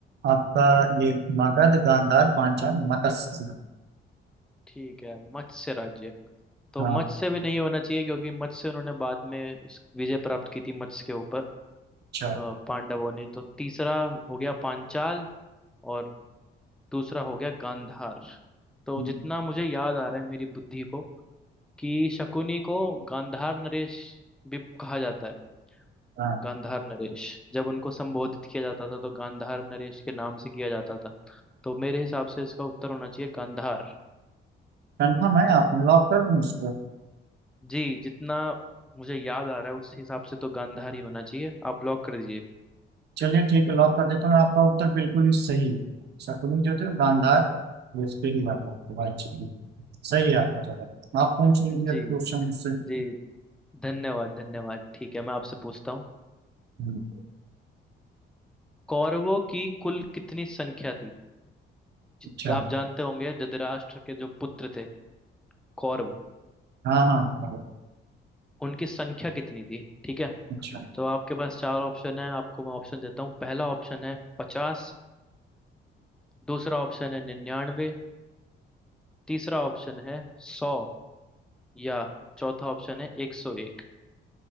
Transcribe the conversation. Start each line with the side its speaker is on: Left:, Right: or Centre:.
Right: आपका ये मगध गांधार पांचाल मत्स्य
Centre: ठीक है मत्स्य राज्य तो
Right: हाँ
Centre: मत्स्य भी नहीं होना चाहिए क्योंकि मत्स्य उन्होंने बाद में उस विजय प्राप्त की थी मत्स्य के ऊपर
Right: अच्छा
Centre: अ, पांडवों ने तो तीसरा हो गया पांचाल और दूसरा हो गया गांधार तो
Right: हम्म,
Centre: जितना मुझे याद आ रहा है मेरी बुद्धि को कि शकुनी को गांधार नरेश भी कहा जाता है
Right: हाँ
Centre: गांधार नरेश जब उनको संबोधित किया जाता था तो गांधार नरेश के नाम से किया जाता था तो मेरे हिसाब से इसका उत्तर होना चाहिए गांधार
Right: कंफर्म है आप लॉक कर दूं इसको
Centre: जी जितना मुझे याद आ रहा है उस हिसाब से तो गांधार ही होना चाहिए आप लॉक कर दीजिए
Right: चलिए ठीक है लॉक कर देता हूँ आपका उत्तर बिल्कुल ही सही है शकुनी जो थे गांधार वो उस पे ही बात आपको बात चलिए सही है आपका जवाब आप पूछ
Centre: <laughs>
Right: लीजिए
Centre: जी
Right: क्वेश्चन मुझसे
Centre: जी धन्यवाद धन्यवाद ठीक है मैं आपसे पूछता हूँ
Right: हम्म,
Centre: कौरवों की कुल कितनी संख्या थी जि-
Right: अच्छा
Centre: आप जानते होंगे धृतराष्ट्र के जो पुत्र थे कौरव
Right: हाँ हाँ
Centre: उनकी संख्या कितनी थी ठीक है
Right: अच्छा
Centre: तो आपके पास चार ऑप्शन है आपको मैं ऑप्शन देता हूँ पहला ऑप्शन है पचास दूसरा ऑप्शन है निन्यानवे तीसरा ऑप्शन है सौ या चौथा ऑप्शन है एक सौ एक